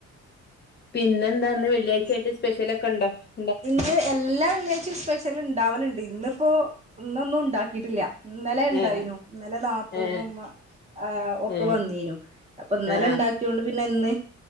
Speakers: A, on the left (about 35°); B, on the right (about 25°).
A: പിന്നെന്താ ന്ന് വെള്ളിയാഴ്ച്ചായ്ട്ട് സ്പെഷ്യലൊക്കെ ണ്ടോ
B: ഇന്ന് എല്ലാ വെള്ളിയാഴ്ചയും സ്പെഷ്യല്ണ്ടാവല്ണ്ട് ഇന്നിപ്പോ ഇന്നൊന്നും ണ്ടാക്കിട്ടില്ല ഇന്നലെ ണ്ടായിനു
A: ഏ
B: ഇന്നലെ നാത്തൂനും
A: ഏ ഏ
B: മ ആ ഒക്കെ
A: ഏ
B: വന്നീനു അപ്പൊ ഇന്നലെ
A: ആ
B: ഇണ്ടാക്ക്യോണ്ട് പിന്നെന്ന്